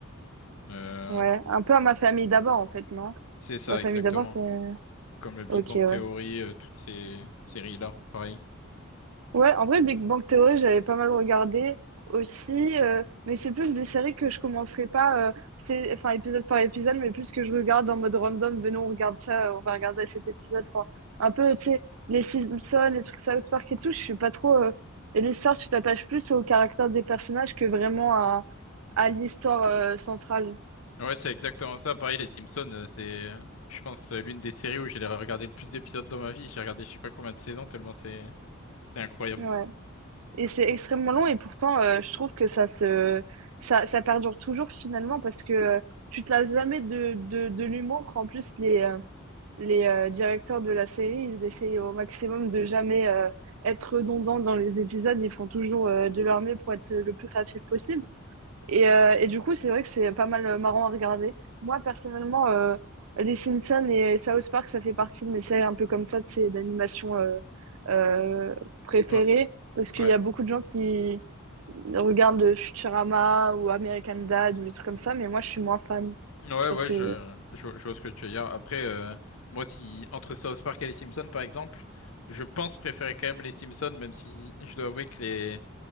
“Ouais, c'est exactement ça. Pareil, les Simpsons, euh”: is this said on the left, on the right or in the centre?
Left